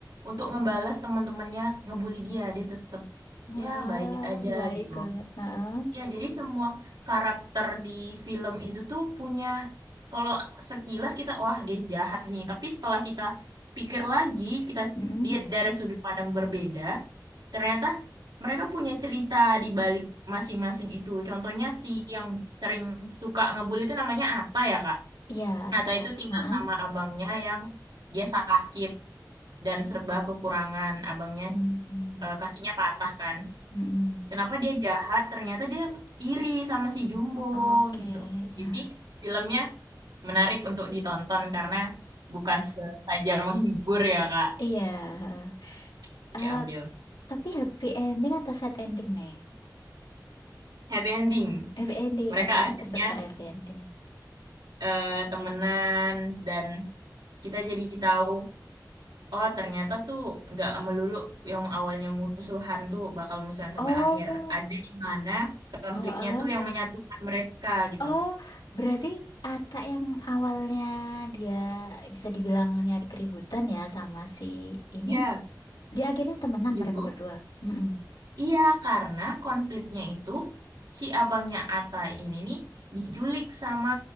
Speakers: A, on the right; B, on the left.
A: untuk ngebales teman-temannya ngebully dia. Dia tetap
B: Wah,
A: ya baik aja
B: baik
A: gitu.
B: banget. Heeh.
A: Ya, jadi semua karakter di film itu tuh punya, kalau sekilas kita, wah dia jahat nih. Tapi setelah kita pikir lagi, kita
B: Mm-mm.
A: lihat dari sudut pandang berbeda, ternyata mereka punya cerita di balik masing-masing itu. Contohnya si yang sering suka ngebully itu namanya Atta ya, Kak.
B: Ya, Ata.
A: Atta itu tinggal
B: Heeh.
A: sama abangnya yang dia sakit dan serba kekurangan. Abangnya
B: Mm-mm.
A: eh, kakinya patah kan.
B: Mm-mm.
A: Kenapa dia jahat? Ternyata dia iri sama si Jumbo
B: Oke,
A: gitu.
B: ya.
A: Jadi filmnya menarik untuk ditonton karena bukan se- saja menghibur ya Kak,
B: Iya.
A: Terus diambil.
B: Eh, tapi happy ending atau sad ending nih?
A: Happy ending.
B: Happy ending.
A: Mereka
B: Oke, aku
A: akhirnya
B: suka happy ending.
A: eh, temenan dan kita jadi tahu oh ternyata tuh nggak melulu yang awalnya musuhan tuh bakal musuhan
B: Oh,
A: sampai akhir. Ada di mana konfliknya
B: heeh.
A: tuh yang menyatukan mereka gitu.
B: Oh, berarti Ata yang awalnya dia bisa dibilang nyari keributan ya sama si ini.
A: Iya,
B: Dia akhirnya temenan
A: Jumbo
B: mereka berdua. Mm-mm.
A: Iya, karena konfliknya itu si abangnya Ata ini nih diculik sama